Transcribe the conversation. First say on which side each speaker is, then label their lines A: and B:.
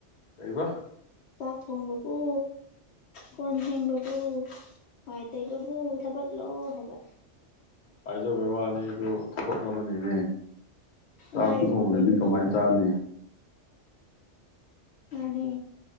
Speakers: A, on the left; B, on the left.
A: ꯀꯩꯔꯤꯕ
B: ꯆꯥꯛ ꯊꯣꯡꯕꯕꯨ ꯀꯣꯟ ꯊꯦꯡꯕꯕꯨ ꯄꯥꯏ ꯇꯩꯕꯕꯨ ꯊꯕꯛ ꯂꯣ ꯍꯥꯏꯕ
A: ꯍꯥꯏꯥꯏꯖꯕꯩ ꯋꯥꯅꯤꯗꯨ ꯊꯕꯛ ꯑꯃꯅꯤꯅꯦ ꯆꯥꯛꯇꯨ
B: ꯋꯥꯔꯤꯕꯅꯤꯅꯦ
A: ꯊꯣꯡꯒꯗꯤ
B: ꯑꯗꯨ
A: ꯀꯃꯥꯏꯅ
B: ꯇꯧꯕꯗ
A: ꯆꯥꯅꯤ
B: ꯑꯅꯤ